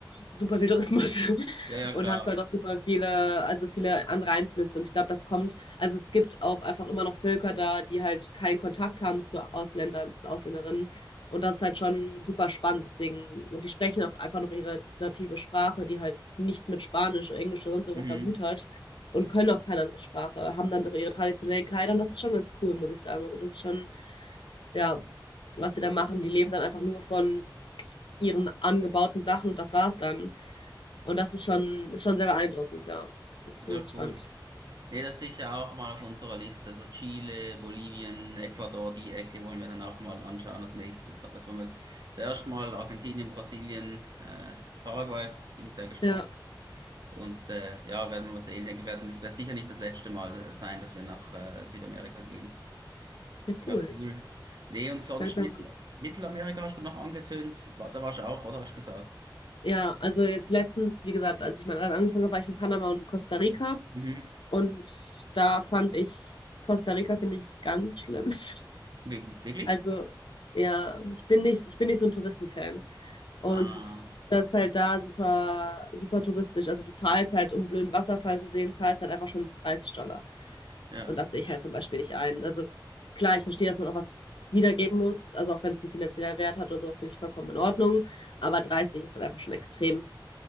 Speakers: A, on the left; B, on the right.
A: super viel Tourismus <laughs>
B: Ja, ja,
A: und
B: klar.
A: hast halt auch super viele, also viele andere Einflüsse. Und ich glaube, das kommt, also es gibt auch einfach immer noch Völker da, die halt keinen Kontakt haben zu Ausländern, Ausländerinnen. Und das ist halt schon super spannend. Deswegen, und die sprechen auch einfach noch ihre native Sprache, die halt nichts mit Spanisch oder Englisch oder sonst irgendwas
B: Mhm.
A: am Hut hat und können auch keine andere Sprache, haben dann noch ihre traditionellen Kleider und das ist schon ganz cool, muss ich sagen. Also das ist schon, ja, was sie da machen. Die leben dann einfach nur von ihren angebauten Sachen und das war's dann. Und das ist schon, ist schon sehr beeindruckend, ja. Zumindest
B: Ja,
A: spannend.
B: cool. Nee, das ist sicher auch mal auf unserer Liste. So Chile, Bolivien, Ecuador, die Ecke wollen wir dann auch mal anschauen als nächstes. Aber jetzt wollen wir zuerst mal Argentinien, Brasilien, äh, Paraguay, bin ich sehr gespannt.
A: Ja,
B: Und äh, ja, werden wir mal sehen. Ich denke, werden, das wird sicher nicht das letzte Mal äh, sein, dass wir nach äh, Südamerika gehen.
A: ja, cool.
B: Ja, cool. Nee, und sonst
A: Langsam.
B: Mittel Mittelamerika hast du noch angetönt. Wa- Da warst du auch, oder? Hast du gesagt?
A: Ja, also jetzt letztens, wie gesagt, als ich mal angefangen habe, war ich in Panama und Costa Rica.
B: Mhm.
A: Und da fand ich, Costa Rica finde ich ganz schlimm. <laughs>
B: Wi- Wirklich?
A: Also, ja, ich bin nicht, ich bin nicht so ein Touristenfan. Und
B: Ah,
A: das ist halt da super, super touristisch. Also du zahlst halt, um einen blöden Wasserfall zu sehen, zahlst halt einfach schon 30 Dollar.
B: ja.
A: Und das sehe ich halt zum Beispiel nicht ein. Also klar, ich verstehe, dass man auch was wiedergeben muss. Also auch wenn es einen finanziellen Wert hat oder sowas, finde ich vollkommen in Ordnung. Aber 30 ist dann einfach schon extrem,